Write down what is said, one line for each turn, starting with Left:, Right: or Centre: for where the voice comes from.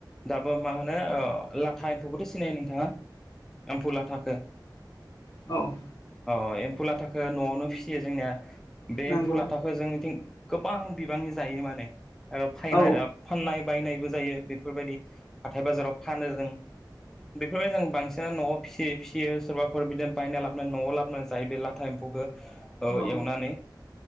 Centre: दाबो मा होनो ओ अ लाथा एम्फौखौथ' सिनायो नोंथांङा एम्फौ लाथाखो?
Left: औ
Centre: अ एम्फौ लाथाखो न'आवनो फिसियो जोंनिया बे
Left: नंगौ
Centre: एम्फौ लाथाखौ जोंनिथिं गोबां बिबांनि जायो माने ओ फायनाय
Left: औ
Centre: ओ फाननाय बायनायबो जायो बेफोरबायदि हाथाय बाजाराव फानो जों बेफोर जों बांसिनानो न'आव फिसियै फिसियो सोरबाफोर बिदिनो बायना लाबोनानै न'आव लाबोनो जायो बे लाथा एमफौ एमफौखो ओ
Left: औ
Centre: एवनानै